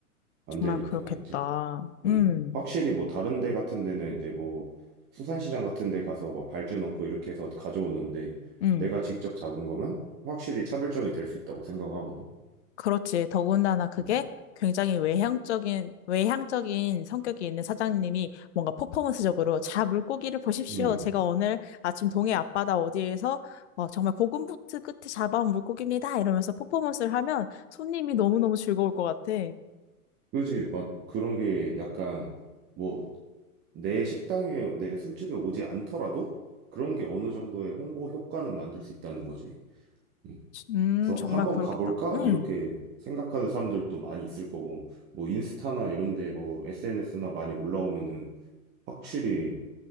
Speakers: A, on the right (about 25°); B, on the left (about 50°).
A: 안
B: 정말
A: 되니까
B: 그렇겠다.
A: 이제 음.
B: 음,
A: 확실히 뭐 다른 데 같은 데는 이제 뭐 수산시장 같은 데 가서 막 발주 넣고 이렇게 해서 가져오는데
B: 음.
A: 내가 직접 잡은 거면 확실히 차별점이 될 수 있다고 생각하거든.
B: 그렇지. 더군다나 그게
A: 음.
B: 굉장히 외향적인, 외향적인 성격이 있는 사장님이 뭔가 퍼포먼스적으로 자, 물고기를 보십시오.
A: 음.
B: 제가 오늘 아침 동해 앞바다 어디에서 어, 정말 고군분투 끝에 잡아온 물고기입니다. 이러면서 퍼포먼스를 하면 손님이 너무너무 즐거울 것 같아.
A: 그지? 막 그런 게 약간 뭐 내 식당에 내 술집에 오지 않더라도 그런 게 어느 정도의 홍보 효과는 만들 수 있다는 거지. 음.
B: 음,
A: 그래서
B: 정말
A: 한번
B: 그렇겠다.
A: 가볼까?
B: 음.
A: 이렇게 생각하는 사람들도 많이 있을 거고, 뭐 인스타나 이런 데 뭐 SNS나 많이 올라오면은 확실히